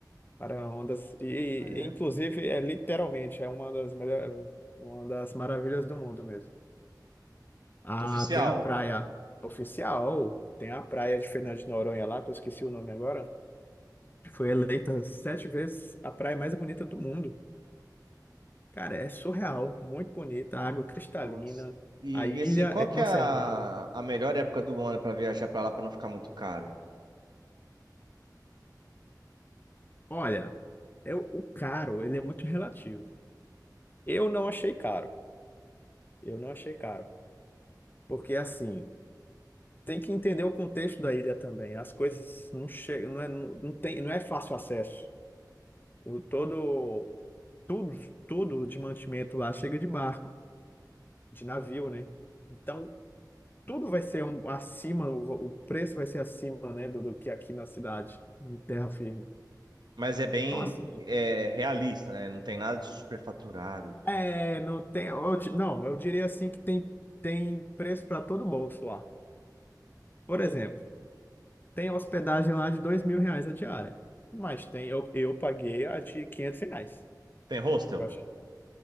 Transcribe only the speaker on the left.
Para ondas e,
e, inclusive é literalmente é uma das melhores, uma das maravilhas do mundo mesmo. Ah,
tem a praia oficial, tem a praia de Fernando de Noronha lá, que eu esqueci o nome agora. Foi eleita sete vezes a praia mais bonita do mundo. Cara, é surreal, muito bonita, a água cristalina,
a ilha
é conservada.
Olha, é o o caro, ele é muito relativo. Eu não achei caro, eu não achei caro, porque assim, tem que entender o contexto da ilha também. As coisas não chegam, não é, não não tem, não é fácil acesso. O todo, tudo, tudo de mantimento lá chega de barco, de navio, né? Então, tudo vai ser um- acima, o, o preço vai ser acima, né, do, do que aqui na cidade, em terra firme.
Então, assim,
é, não tem, eu di- não, eu diria assim que tem, tem preço para todo bolso lá. Por exemplo, tem hospedagem lá de dois mil reais a diária, mas tem, eu, eu paguei a de 500 reais.
eu acho.